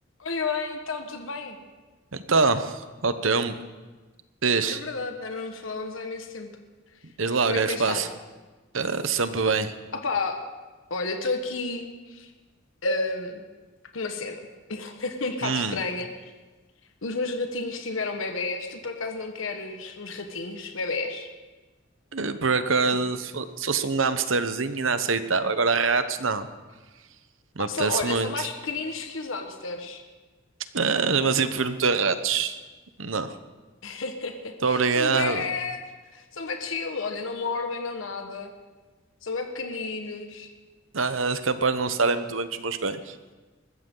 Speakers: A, on the left; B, on the right.
A: Oi, oi, então, tudo bem?
B: Então, ao tempo, diz,
A: É verdade, já não falávamos há imenso tempo.
B: diz lá
A: Como
B: o que
A: é
B: é
A: que
B: que
A: tens
B: se passa.
A: estado?
B: Ah, sempre bem.
A: Opá, olha, estou aqui hum, com uma cena <laughs> um bocado
B: Hum,
A: estranha. Os meus ratinhos tiveram bebés. Tu por acaso não queres uns ratinhos, bebés?
B: eh, por acaso,
A: Tipo,
B: se fo- se fosse um hamsterzinho ainda aceitava. Agora ratos, não. Não
A: ah,
B: me apetece
A: são, olha,
B: muito.
A: são mais pequeninos que os hamsters.
B: Ah, mas eu prefiro não ter ratos. Não.
A: <laughs>
B: Muito obrigado.
A: São bem, são bem chill. Olha, não mordem, não nada. São bem pequeninos.
B: Ah, és capaz de não estarem muito bem com os meus cães.